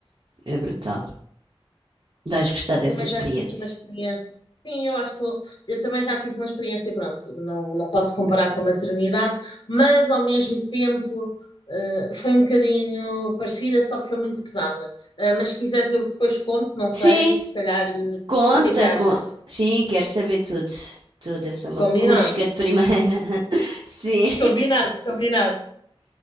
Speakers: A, on the right; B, on the left.
A: É brutal. Dás gostar
B: Eu
A: dessa
B: também
A: experiência.
B: já tive uma experiência. Sim, eu acho que vou- eu também já tive uma experiência, pronto, não, não posso comparar com a maternidade, mas ao mesmo tempo eh, foi um bocadinho parecida, só que foi muito pesada. Eh, mas se quiseres eu depois conto, não sei,
A: Sim,
B: se calhar, eh,
A: conta
B: o que é que achas?
A: com. Sim, quero saber tudo. Tudo, eu sou uma
B: Combinado,
A: cusca de primeira. <laughs> Sim,
B: combinado, combinado.